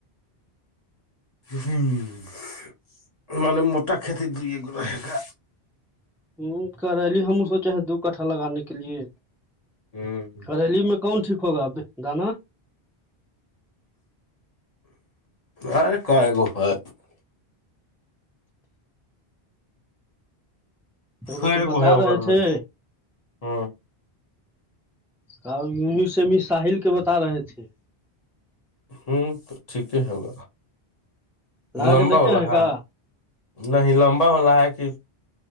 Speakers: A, on the left; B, in the centre.
A: ہ م موٹا کھیتی دو یہ گا ہے گا
B: ہ کرلی ہم سوچے دو کٹھا لگانے کے لیے
A: ہوں
B: کریلی میں کون ٹھیک ہوگا اب دانا
A: آر کاگو ہے
B: پ
A: کئے
B: وہ تو بتا
A: گو ہے اگر
B: رہے
A: میں
B: تھے
A: ہوں
B: ک ینیسمی ساحل کے بتا رہے تھے
A: ہوں تو ٹھیک ہے ب
B: لگا
A: لمبا
B: کے دیکھے
A: ا رہا
B: ہیں کا
A: ہے نہیں لمبا والا ہے کہ